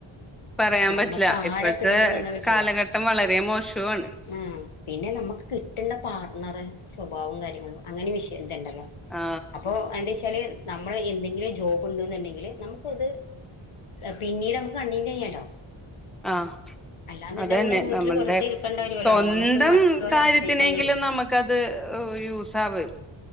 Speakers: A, in the centre; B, on the left.
A: പറയാൻ
B: നമ്മക്ക്
A: പറ്റില്ല ഇപ്പോഴത്തെ
B: ആരാ കിട്ടണന്ന് നന്നാൻ പറ്റൂല
A: കാലഘട്ടം വളരെ മോശവുമാണ്.
B: ആ പിന്നെ നമുക്ക് കിട്ടേണ്ട പാർട്ണർ സ്വഭാവം കാര്യങ്ങളും അങ്ങനെ വിഷയം ണ്ടല്ലൊ
A: ആ
B: അതിൻ്റെ ചി ചിലൽ നമ്മ് നമ്മൾ എന്തെങ്കിലും ജോബ് ഉണ്ട്ന്നുണ്ടെങ്കില് നമുക്കത് ങ പിന്നീട് നമുക്ക് കണ്ടിന്യു ചെയ്യാലോ
A: ആ
B: അല്ലാന്നുണ്ടെങ്കിൽ
A: അതന്നെ
B: നമ്മള് വീട്ടില്
A: നമ്മളുടെ
B: വെറുതെ ഇരിക്കേണ്ടി വരുമല്ലോ
A: സ്വന്തം
B: നമുക്ക് മറ്റുള്ളവരെ
A: കാര്യത്തിനെങ്കിലും
B: ആശ്രയിക്കേണ്ടി വരും
A: നമുക്കത് ഉ യൂസാവും. <unintelligible>